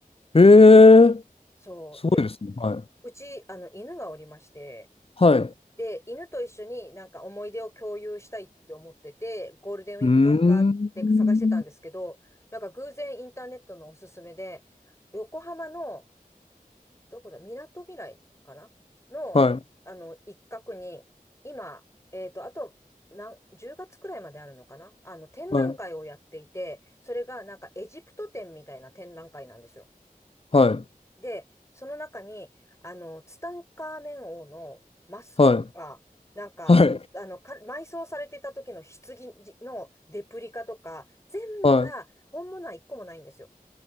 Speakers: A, on the left (about 40°); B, on the left (about 20°).
A: へえー、
B: そう。
A: すごいですね。
B: で、
A: はい。
B: うち、あの、犬がおりまして、
A: はい。う
B: で、犬と一緒になんか思い出を共有したいって思ってて、ゴールデンウィークどっかって探してたんですけど、
A: ーん。
B: なんか偶然インターネットのおすすめで、横浜の、どこだ、みなとみらいかなの、
A: はい。
B: あの、一角に、今、えっと、あと、なん10月くらいまであるのかなあの、展覧会をやっていて、
A: はい。
B: それがなんかエジプト展みたいな展覧会なんですよ。
A: はい。
B: で、その中に、あの、ツタンカーメン王のマスクとか、
A: はい。
B: なんか、
A: はい。
B: あの、か埋葬されていた時の棺のレプリカとか、全部が本物は一個もないんですよ。
A: はい。